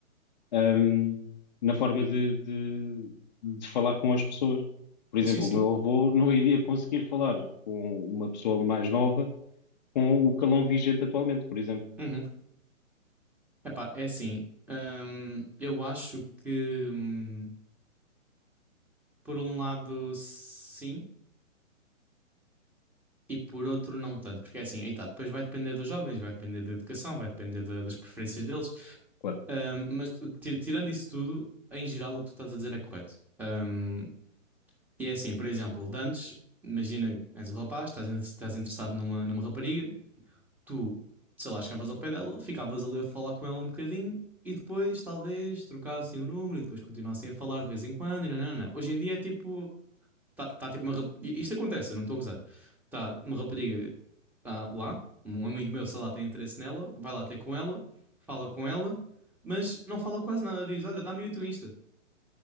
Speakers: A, on the left (about 35°); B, in the centre.
A: ahm, na forma de, de- de falar com as pessoas. Por exemplo,
B: Sim, sim.
A: o meu avô não iria conseguir falar com uma pessoa mais nova com o calão vigente atualmente, por exemplo.
B: Uhum. Epá, é assim. hum, eu acho que, hum, por um lado, sim, e por outro, não tanto. Porque é assim, aí tá, depois vai depender dos jovens, vai depender da educação, vai depender da- das preferências deles.
A: Claro.
B: Hum, mas ti- tirando isso tudo, em geral, o que tu estás a dizer é correto. Hum, e é assim, por exemplo, de antes, imagina, és um rapaz, estás, in- estás interessado numa, numa rapariga. tu, sei lá, chegavas ao pé dela, ficavas ali a falar com ela um bocadinho e depois talvez trocassem o número e depois continuassem a falar de vez em quando. E não, não, não. Hoje em dia é tipo, tá, tá tipo uma. rap- e Isto acontece, eu não estou a gozar. Tá uma rapariga ah, lá, um amigo meu, sei lá, tem interesse nela, vai lá ter com ela, fala com ela, mas não fala quase nada. Diz: Olha, dá-me o teu Insta.